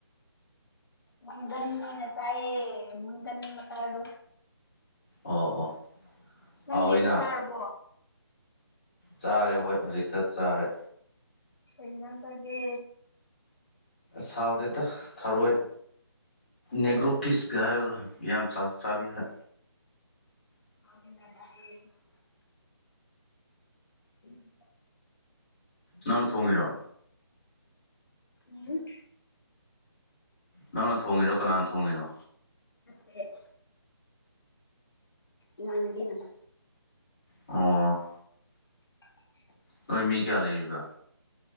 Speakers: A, on the left; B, on the left.
A: ꯃꯪꯒꯟ ꯑꯣꯢꯅ ꯆꯥꯢꯌꯦ ꯃꯪꯒꯟ ꯃꯇꯥꯜꯗꯣ
B: ꯑꯣ
A: ꯅꯪꯗꯤ
B: ꯍꯥꯎꯋꯤꯅ
A: ꯆꯥꯛ ꯆꯥꯔꯕꯣ
B: ꯆꯥꯔꯦ ꯍꯣꯏ ꯍꯧꯖꯤꯛꯇ ꯆꯥꯔꯦ
A: ꯀꯩ ꯑꯦꯟꯁꯥꯡ ꯆꯥꯒꯦ꯫
B: ꯁꯥꯎꯗꯦꯇ ꯊꯔꯣꯏ ꯅꯦꯒ꯭ꯔꯣ ꯀꯤꯁꯀ ꯍꯥꯏꯕꯗꯣ ꯌꯥꯝ ꯆ ꯆꯥꯕꯤꯒ꯭ꯔꯦ
A: ꯑ <inaudible> ꯎꯝ
B: ꯅꯪ ꯊꯣꯡꯉꯤꯔꯣ
A: ꯎꯝ
B: ꯅꯪꯅ ꯊꯣꯡꯉꯤꯔꯣ ꯀꯅꯥꯅ ꯊꯣꯡꯉꯤꯅꯣ
A: ꯃꯦ ꯏꯃꯥꯟꯅꯕꯤꯅꯥ
B: ꯑꯣ
A: <inaudible>
B: ꯅꯣꯏ ꯃꯤ ꯀꯌꯥ ꯂꯩꯔꯤꯕ